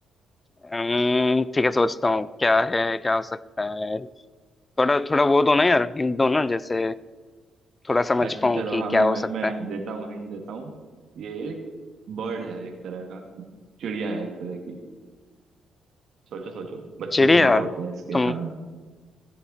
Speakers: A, on the left (about 25°); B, on the right (about 65°).
A: अम्म, ठीक है सोचता हूँ क्या है क्या हो सकता है थोड़ा थोड़ा वो दो ना यार हिंट दो ना जैसे थोड़ा समझ
B: अच्छा
A: पाऊँ
B: चलो
A: कि
B: हाँ मैं
A: क्या हो
B: मैं
A: सकता
B: मैं
A: है
B: देता हूँ हिंट देता हूँ ये एक बर्ड है एक तरह का चिड़िया है एक तरह की सोचो सोचो बत्तीस
A: चिड़िया
B: दिमाग होते हैं इसके
A: तुम
B: हाँ